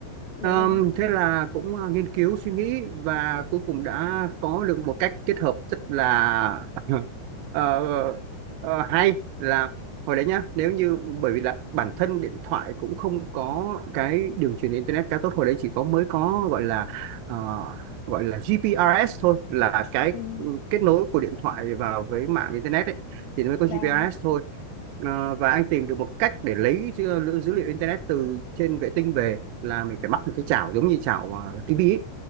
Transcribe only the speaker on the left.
dạ
vâng.
Ừ,
là,